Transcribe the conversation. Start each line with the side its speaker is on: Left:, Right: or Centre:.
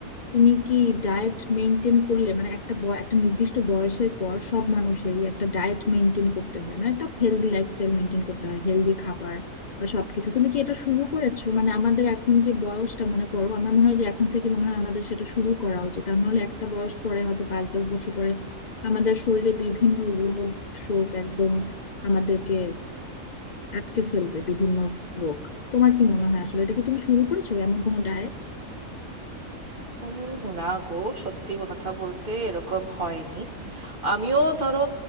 Left: তুমি কি ডায়েট মেনটেন করলে মানে একটা বয়- একটা নির্দিষ্ট বয়সের পর সব মানুষেরই একটা ডায়েট মেনটেন করতে হয় মানে একটা হেলদি লাইফস্টাইল মেনটেন করতে হয় হেলদি খাবার বা সবকিছু তুমি কি এটা শুরু করেছো মানে আমাদের এখন যে বয়সটা মনে করো আমার মনে হয় যে এখন থেকে মনে হয় আমাদের সেটা শুরু করা উচিত আর নাহলে একটা বয়স পরে হয়তো পাঁচ দশ বছর পরে আমাদের শরীরে বিভিন্ন রোগ শোক একদম আমাদেরকে আটকে ফেলবে বিভিন্ন রোগ তোমার কি মনে হয় আসলে এটা কি তুমি শুরু করেছো এমন কোনো ডায়েট
Right: উম, না গো সত্যি কথা বলতে এরকম হয়নি আমিও ধরো